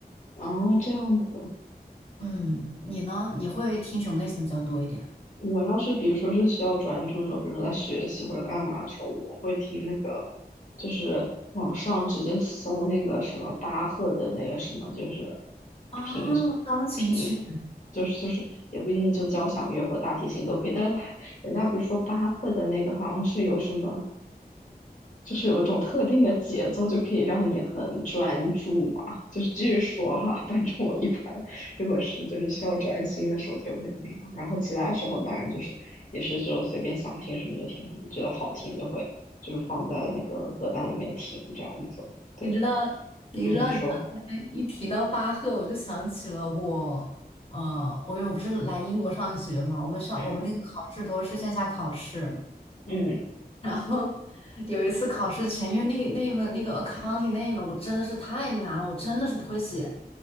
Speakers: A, on the left; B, on the left.
A: 啊，这样子。
B: 嗯，你呢？你会听什么类型的比较多一点
A: 我要是比如说是需要专注的时候，比如说在学习或者干嘛的时候，我会听那个，就是网上直接搜那个什么巴赫的那个什么，就是
B: 啊？
A: 平
B: 钢琴曲，
A: 平，就是就是也不一定就交响乐或大提琴都可以，但是他人家不是说巴赫的那个好像是有什么，就是有一种特定的节奏就可以让你很专注嘛，就是据说哈，反正我一般。如果是就是需要专心的时候就会那样，然后其他时候当然就是也是就随便想听什么就听什么，觉得好听就会就是放在那个歌单里面听这样子。对，
B: 你知道，你知道，
A: 嗯，你说，
B: 你刚才一提到巴赫，我就想起了我。呃，我又不是来英国上学嘛，我们上我们那个考试都是线下考试，
A: 嗯嗯
B: 然后有一次考试前，因为那那一门那个 accounting 那一门我真的是太难，我真的是不会写，